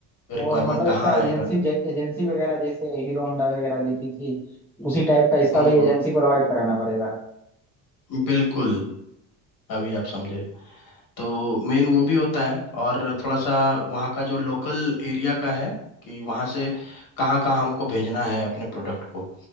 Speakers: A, on the left; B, in the centre.
A: रिक्वायरमेंट
B: और मतलब
A: कहाँ
B: इसका एजेंसी
A: आएगा
B: एजेंसी वगैरह जैसे हीरो होंडा वगैरह देखी थी उसी टाइप का इसका
A: हम्म
B: भी एजेंसी
A: हम्म
B: प्रोवाइड कराना पड़ेगा
A: बिल्कुल अभी आप समझे तो मेन वो भी होता है और थोड़ा सा वहाँ का जो लोकल एरिया का है कि वहाँ से कहाँ कहाँ हमको भेजना है अपने प्रोडक्ट को